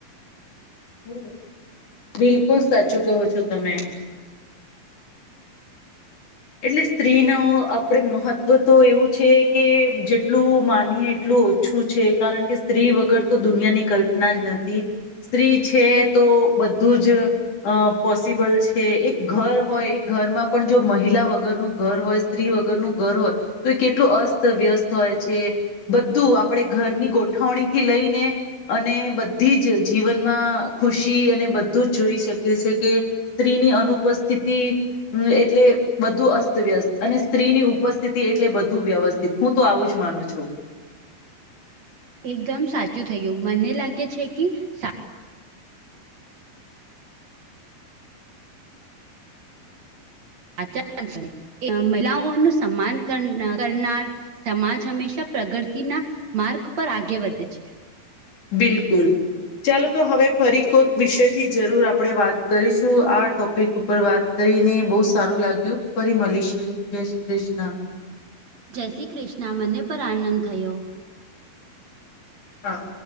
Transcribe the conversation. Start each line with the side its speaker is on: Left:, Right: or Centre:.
Left: હમ બિલકુલ સાચું કહો છો, તમે એટલે સ્ત્રી નો આપણે મહત્વ તો એવું છે, કે જેટલું માનીએ એટલું ઓ ઓછું છે કારણ કે સ્ત્રી વગર તો દુનિયાની કલ્પના જ નથી. સ્ત્રી છે, તો બધુંજ અ અ પોસિબલ છે, એક ઘર હોય એ ઘરમાં પણ જો મહિલા વગરનું ઘર હોય સ્ત્રી વગરનું ઘર હોય તો એ કેટલું અસ્તવ્યસ્ત હોય છે. બધું આપણે ઘરની ગોઠવણીથી લઈને અને બધી જ જીવનમાં ખુશી અને બધું જ જોઈ શકીએ છે, કે સ્ત્રીની અનુપસ્થિતિ એટલે બધું અસ્તવ્યસ્ત અને સ્ત્રીની ઉપસ્થિતિ એટલે બધું વ્યવસ્થિત હું તો આવું જ માનું છુ.
Right: એકદમ સાચું થયું મને લાગે છે, કી સા આચર એ મહિલાઓ નું સન્માન કર કરનાર સમાજ હમેશા પ્રગતિ ના માર્ગ પર આગે વધે છે.
Left: બિલકુલ ચાલો તો હવે ફરી કોક વિષયથી જરૂર આપણે વાત કરીશું આ ટોપિક ઉપર વાત કરીને બહુ સારું લાગ્યું ફરી મળીશું જય શ્રી કૃષ્ણ
Right: જય શ્રી કૃષ્ણ મને પર આનંદ થયો.
Left: હા